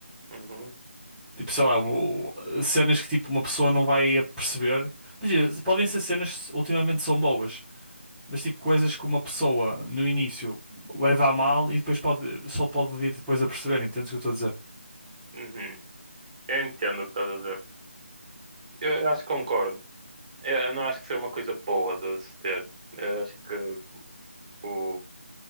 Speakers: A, on the right; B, in the centre.
A: Uhum,
B: Tipo, sei lá, o- cenas que tipo uma pessoa não vai perceber. Imagina, podem ser cenas que ultimamente são boas, mas tipo coisas que uma pessoa no início leva a mal e depois pode, só pode vir depois a perceber, entendes o que eu estou a dizer?
A: uhum. Eu entendo o que estás a dizer. Eu, eu acho que concordo. Eu, eu não acho que seria uma coisa boa de se ter. Eu acho que o.